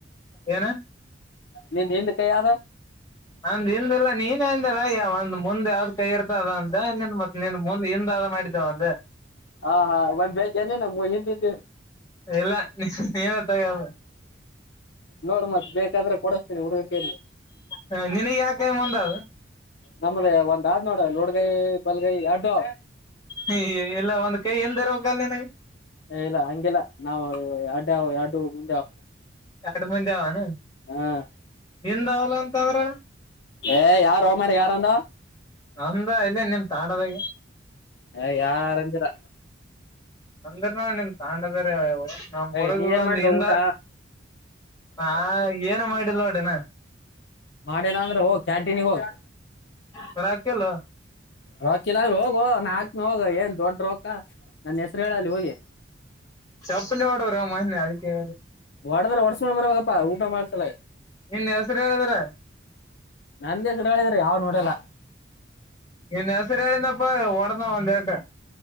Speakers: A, on the left; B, on the left.
A: ಏನು.
B: ನಿಂದ ಹಿಂದ ಕೈ ಯಾವ..
A: ನಂದ ಹಿಂದೆಲ್ಲಾ ನೀನ್ ಹಿಲ್ಲಾಯ್ಯ ಒಂದ್ ಮುಂದೆ ಅ ಕೈ ಇರ್ತದ ಅಂತನ್ ಮತ್ತತ್ ನಿ ಮುಂದ ಹಿಂದ.. ಮಾಡಿದ್ದಾವ ಅಂದ..
B: ಹಾ ಹಾ ಒಂದ್ ಬಗ ಏನು ಹಿಂದಿನ..
A: ಎಲ್ಲ ಏನ ತಗಲ್ಲ..
B: ನೋಡ್ ಮತ್ ಬೇಕಾದ್ರೆ ಕೊಡಸ್ತೇನಿ ಹುಡುಗಕಿ..
A: ಹ ನಿನಗ್ ಯಾಕ ಕೈಮ್ ಒಂದ ಅದು..
B: ನಮ್ದ ಒಂದ್ ಆದ್ ನೋಡ ಲೋಡ್ಗೈ ಬಲ್ಗೈ ಅಡ್ಡು..
A: ಹ ಎಲ್ಲ ಒಂದ್ ಕೈ ಎನ್ ದರ ಹೋಗಲ್ ನವು..
B: ಇಲ್ಲ ಹಂಗಗೆಲ್ಲ ನಾವು ಎರಡಾವ ಎರಡು ಮುಂದೆವು..
A: ಕಡ್ಮಂದ ದಾವಾನ.
B: ಹಾ..
A: ಎಂದ ಅವಲ್ಲ ಅಂತ ಅಂದ್ರ..
B: ಏ ಯಾರು ಮಾರ ಯಾರ ಅಂದ..
A: ಅಮ್ದ ಇಲ್ಲ ನಿಮ ತಾಂಡದಾಗ..
B: ಹ ಯಾರಂದಿರ..
A: ಅಂದ್ರ ನೋ ನಿಮ್ ತಾಂಡದಾವ.. ನಮ್
B: ಏಯ್
A: ಮರಗ
B: ನೀ
A: ಬಂದು
B: ಏನ್ ಮಾಡಿದ
A: ಇಂದ
B: ಊಟ
A: ನಾ ಏನು ಮಾಡ.. ಲ್ಲ ಅಡೆನ..
B: ಮಾಡಲ್ಲ ಅಂದ್ರೆ ಹೋಗಿ ಕ್ಯಾಂಟೀನ್ಗೆ ಹೋಗಿ..
A: ಹೊರ ಹಾಕಿಲ್ಲ
B: ರಾಕಿಲಂದ್ರ ಹೋಗುವ ನಾಕ್ನ ಹೋಗ ಏನ್ ದೊಡ್ಡ.. ರೊಕ್ಕ ನನ್ನ ಹೆಸರು ಹೇಳಲ್ಲಿ ಹೋಗಿ...
A: ಚಪ್ಪಲಿ ಒಡರ ಮಹೆ ಅದಕ್ಕೆ..
B: ಒಡದ್ರೆ ಒಡ್ಸ ಮಾಡ ಬರವಾಗಪ್ಪ ಊಟ ಮಾಡ್ಸಲ..
A: ಇನ್ ಹೆಸರು ಹೇಳಿದ್ರ..
B: ನಂದ ಹೆಸರು ಹೇಳಿದ್ರೆ ಯಾವ್ ನೋಡಲ್ಲ
A: ನಸರ ಯಾರನಪ್ಪ ಒ... <inaudible>